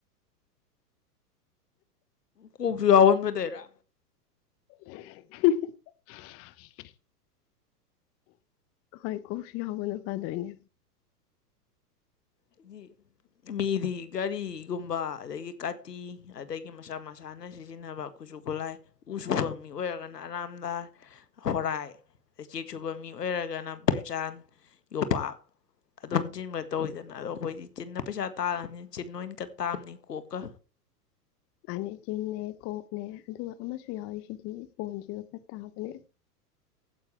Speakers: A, on the left (about 75°); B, on the left (about 30°).
A: ꯀꯣꯛꯁꯨ ꯌꯥꯎꯍꯟꯒꯗꯩꯔꯥ
B: <unintelligible> ꯍꯣꯢ ꯀꯣꯛꯁꯤ ꯌꯥꯎꯕꯅ ꯐꯥꯗꯣꯏꯅꯦ
A: ꯗꯒꯤ <unintelligible> ꯃꯤꯗꯤ ꯒꯥꯔꯤꯒꯨꯝꯕ ꯑꯗꯒꯤ ꯀꯥꯇꯤ ꯑꯗꯒꯤ ꯃꯁꯥ ꯃꯁꯥꯅ ꯁꯤꯖꯤꯟꯅꯕ ꯈꯨꯠꯁꯨ ꯈꯨꯠꯂꯥꯏ ꯎ ꯁꯨꯕ ꯃꯤ ꯑꯣꯏꯔꯒꯅ ꯑꯔꯥꯝꯗꯥꯟ ꯍꯣꯔꯥꯏ ꯆꯦꯛ ꯁꯨꯕ ꯃꯤ ꯑꯣꯏꯔꯒꯅ ꯕꯤꯔꯆꯥꯟ ꯌꯣꯄꯥꯛ ꯑꯗꯨꯝ ꯆꯤꯟꯒ ꯇꯧꯋꯤꯗꯅ ꯑꯗꯣ ꯑꯩꯈꯣꯏꯗꯤ ꯆꯤꯟꯅ ꯄꯩꯁꯥ ꯇꯥꯔꯕꯅꯤꯅ ꯆꯤꯟ ꯑꯣꯏꯅ ꯀꯥꯠ ꯇꯥꯕꯅꯤ ꯀꯣꯛꯀ
B: ꯅꯥꯅꯦ ꯆꯤꯡꯅꯦ ꯀꯣꯛꯅꯦ ꯑꯗꯨꯒ ꯑꯃꯁꯨ ꯌꯥꯎꯔꯤ ꯁꯤꯗꯤ ꯐꯣꯟꯁꯤꯒ ꯈꯔ ꯇꯥꯕꯅꯦ